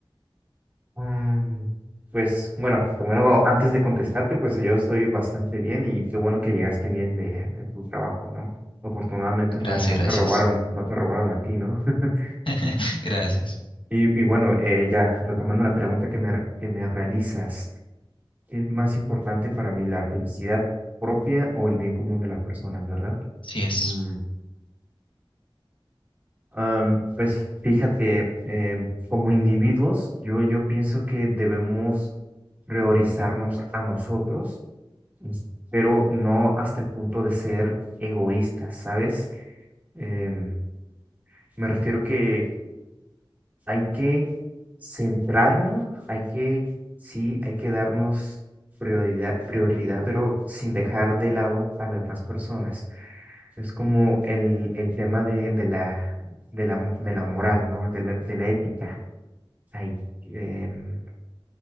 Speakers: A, on the right (about 20°); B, on the left (about 70°).
A: Mm, pues bueno, primero, antes de contestarte, pues yo estoy bastante bien y qué bueno que llegaste bien de, de tu trabajo, ¿no? Afortunadamente
B: Gracias,
A: no, no
B: gracias.
A: te robaron, no te robaron a ti, ¿no? <laughs>
B: <laughs> Gracias.
A: Y, y bueno, eh, ya retomando la pregunta que me, re- que me realizas, ¿qué es más importante para mí, la felicidad propia o el bien común de las personas, verdad?
B: Sí es.
A: Mm, am, pues fíjate, em, como individuos, yo, yo pienso que debemos priorizarnos a nosotros, es- pero no hasta el punto de ser egoístas, ¿sabes? Em, me refiero que hay que centrarnos, hay que, sí, hay que darnos prioridad, prioridad, pero sin dejar de lado a las demás personas. Es como el, el tema de, de la, de la, de la moral, ¿no? De la, de la ética. Hay, em,